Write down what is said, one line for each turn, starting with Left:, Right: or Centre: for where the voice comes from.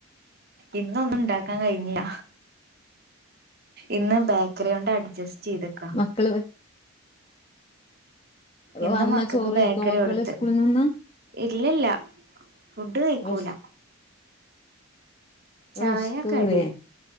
Right: ഇന്നൊന്നും ഉണ്ടാക്കാൻ കഴിഞ്ഞില്ല ഇന്ന് ബേക്കറി കൊണ്ട് അഡ്ജസ്റ്റ് ചെയ്തക്കാ
Left: ക്കള്
Right: ഇന്ന്
Left: വന്നാ
Right: മക്കൾക്ക്
Left: ചോറ്
Right: ബേക്കറി
Left: കഴിക്കോ മക്കള്
Right: കൊടുത്ത്
Left: സ്കൂളിൽ നിന്ന്
Right: ഇല്ലല്ല ഫുഡ് കഴിക്കൂല
Left: വിശ
Right: ചായ
Left: വിശക്കൂലേ
Right: കടി